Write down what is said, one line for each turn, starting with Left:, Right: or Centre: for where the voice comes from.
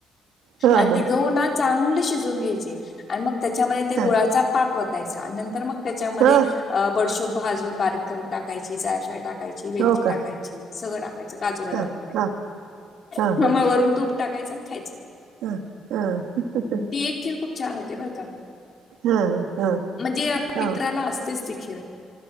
Right: हा
Left: आणि
Right: हा
Left: ते गहनाच चांगले शिजून घ्यायचे आणि मग त्याच्यामध्ये ते
Right: हा
Left: गुळाचा पाक वतायचा आणि नंतर मग. त्याच्यामध्ये
Right: हा
Left: बडशोभ भाजून बारीक करून टाकायची जायफाळ टाकायची वेलची
Right: हो
Left: टाकायची.
Right: का
Left: सगळं काजू बा
Right: हा
Left: वारमा
Right: हा हा हा
Left: वरून तूप टाकायच खायचं.
Right: हा हा.
Left: हं, ती एक खीर खूप छान होते बर का
Right: हा हा
Left: म्हणजे
Right: हा
Left: पित्राला असतेच त. अ.